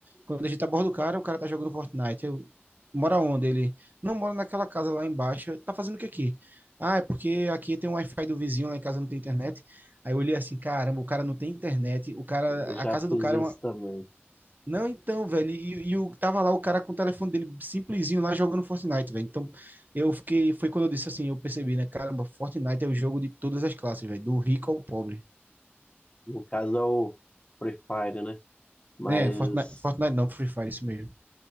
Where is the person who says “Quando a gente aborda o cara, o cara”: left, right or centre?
Right